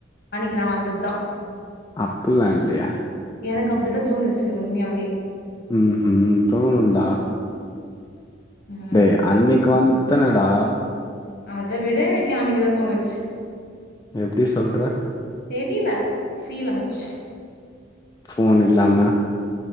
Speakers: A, on the left; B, on the left.
A: அன்னைக்கு நா வந்தது தா
B: அப்பல்ல இல்லையே
A: எனக்கு அப்டிதா தோணுச்சு உண்மயாவே
B: ம்ஹூ தோணுண்டா
A: ம்.
B: டேய் அன்னைக்கு வந்தனடா
A: அத விட எனக்கு அன்னைக்கு தா தோணுச்சு
B: எப்டி சொல்ற
A: தெரில ஃபீல் ஆச்சு
B: போன் இல்லாம